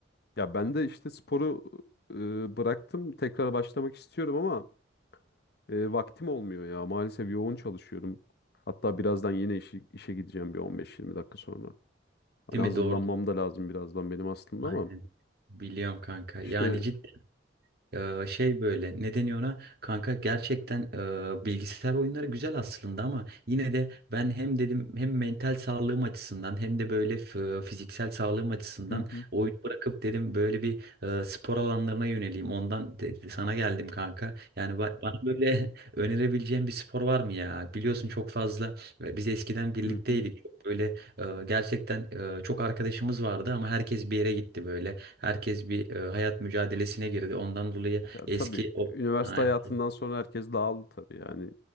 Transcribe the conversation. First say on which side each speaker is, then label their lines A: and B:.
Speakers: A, on the left; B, on the right.
A: ya ben de işte sporu e, bıraktım. Tekrar başlamak istiyorum ama E, vaktim olmuyor ya. Maalesef yoğun çalışıyorum. Hatta birazdan yine işe, işe gideceğim bir 15-20 dakika sonra. Hani
B: Değil
A: hazırlanmam
B: mi? Doğru.
A: da lazım birazdan benim aslında
B: Aynen.
A: ama
B: Biliyorum kanka.
A: işte
B: Yani ciddi e, şey böyle ne deniyor ona? Kanka gerçekten e, bilgisayar oyunları güzel aslında ama yine de ben hem dedim hem mental sağlığım açısından hem de böyle f- e, fiziksel sağlığım açısından
A: Hı hı,
B: oyun bırakıp dedim böyle bir e, spor alanlarına yöneleyim. Ondan de- sana geldim kanka. Yani ba- bana böyle <laughs> önerebileceğin bir spor var mı ya? Biliyorsun çok fazla e, biz eskiden birlikteydik.
A: hı hı.
B: Böyle e, gerçekten e, çok arkadaşımız vardı ama herkes bir yere gitti böyle. Herkes bir e, hayat mücadelesine girdi. Ondan dolayı
A: Ya
B: eski
A: tabii
B: o
A: üniversite
B: aynen.
A: hayatından sonra herkes dağıldı tabii yani.